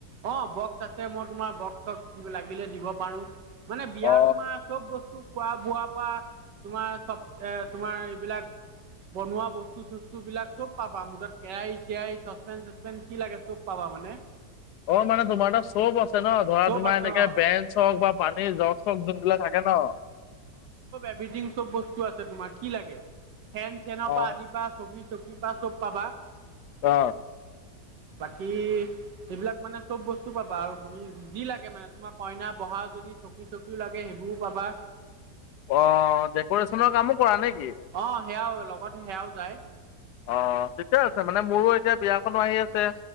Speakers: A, on the right (about 80°); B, on the left (about 70°).
A: অ বক্স আছে। মই তোমাৰ বক্স- চক্স লাগিলে দিব পাৰো। মানে বিয়া
B: অ
A: তোমাৰ চব বস্তু খোৱা বোৱা পৰা তোমাৰ চব এ তোমাৰ এইবিলাক বনোৱা বস্তু -চস্তু বিলাক চব পাবা মোৰ তাত। কেৰাহী, চেৰাহি, চচপেন, তচপেন কি লাগে চব পাবা মানে।
B: অ, মানে তোমাৰ তাত চব আ ন ধৰা
A: চব
B: তোমাৰ
A: আছে
B: এনেকে
A: অ'
B: বেঞ্চ হওঁক বা পানীৰ জক-চক যোনবিলাক থাকে ন।
A: এভিথিং চব বস্তু আছে তোমাৰ কি লাগে? ফেন-চেনৰ
B: অ
A: পৰা আদি পা চকী-চকী পা চব পাবা।
B: অ।
A: বাকী সেইবিলাক মানে চব বস্তু পাবা আৰু তুমি যি লাগে মানে তোমাৰ কইনা বহা যদি চকী, চকীও লাগে সেইবোৰো পাবা।
B: অ ডেক'ৰেশ্যনৰ কামো কৰা নে?
A: অ সেয়াও লগত সেয়াও যায়।
B: অ, ঠিকে আছে। মানে মোৰো এতিয়া বিয়াখনো আহি আছে।